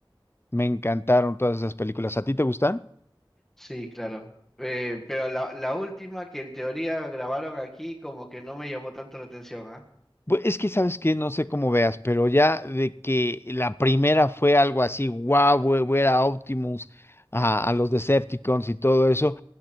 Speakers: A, on the left; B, in the centre.
A: me encantaron todas esas películas. ¿A ti te gustan?
B: Sí, claro. Eh, pero la, la última que en teoría grabaron aquí como que no me llamó tanto la atención, ¿ah?
A: Bu- Es que sabes que no sé cómo veas, pero ya de que la primera fue algo así, guau, wow, era Optimus a, a los Decepticons y todo eso,